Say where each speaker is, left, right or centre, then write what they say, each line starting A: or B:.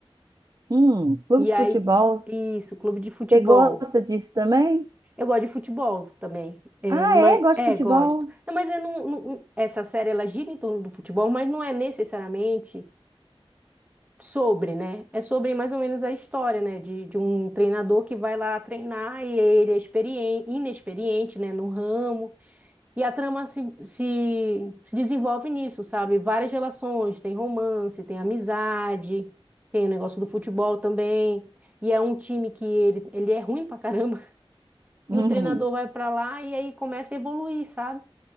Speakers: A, on the right (about 40°); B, on the right (about 15°).
A: Hum, clube
B: E
A: de
B: aí,
A: futebol.
B: isso, clube de futebol.
A: Você gosta disso também?
B: Eu gosto de futebol também. É,
A: Ah,
B: mas,
A: é? Gosto
B: é,
A: de futebol.
B: gosto.
A: <laughs>
B: Não, mas eu não, não- essa série ela gira em torno do futebol, mas não é necessariamente sobre, né? É sobre mais ou menos a história, né? De, de um treinador que vai lá treinar e ele é experiente, inexperiente, né? No ramo. E a trama se, se, se desenvolve nisso, sabe? Várias relações, tem romance, tem amizade, tem o negócio do futebol também. E é um time que ele, ele é ruim pra caramba. <laughs> E
A: Hum.
B: o treinador vai pra lá e aí começa a evoluir, sabe?